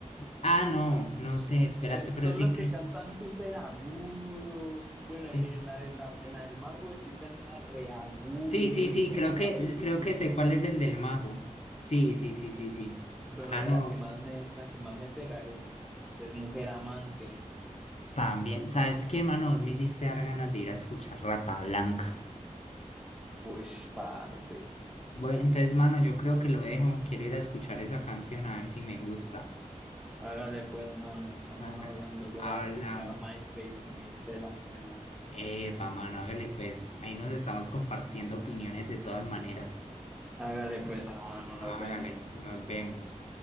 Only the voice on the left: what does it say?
Ah, no, no sé, espérate,
pero
sí,
cre-
sí.
Sí, sí, sí,
creo
que, creo que sé cuál es el del mago. Sí, sí, sí, sí, sí.
Ah, no.
También, ¿sabes qué, mano? Me hiciste dar ganas de ir a escuchar Rata Blanca.
Bueno, entonces, mano, yo creo que lo dejo. Quiero ir a escuchar esa canción a ver si me gusta.
Hágale.
Hablamos.
Epa, mano, hágale pues. Ahí nos estamos compartiendo opiniones de todas maneras.
Hágale,
nos vemos.